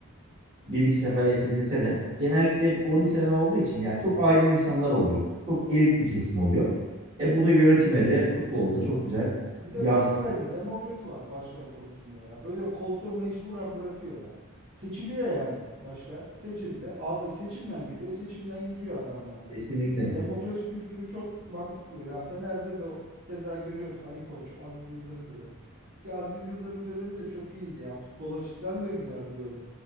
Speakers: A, on the right; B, on the right.
A: Bir iki sefer esnetilse de genellikle hep o liseden olduğu için yani çok aydın insanlar oluyor. Çok elit bir kesim oluyor. E bu da yönetime de futbolda çok güzel
B: Bir de
A: yansıyor.
B: Galatasaray'da demokrasi var başkan konusunda ya. Böyle koltuğu mecburen bırakıyor ya. Seçiliyor yani başkan. Seçildi. Abi seçimden geliyor, seçimden gidiyor adam ya.
A: Kesinlikle.
B: Demokrasi kültürü çok mantıklı. Ya Fener'de de keza görüyoruz Ali Koç, Aziz Yıldırım dönemi. Ki Aziz Yıldırım dönemi de çok iyiydi yani futbol açısından da güzeldi böyle.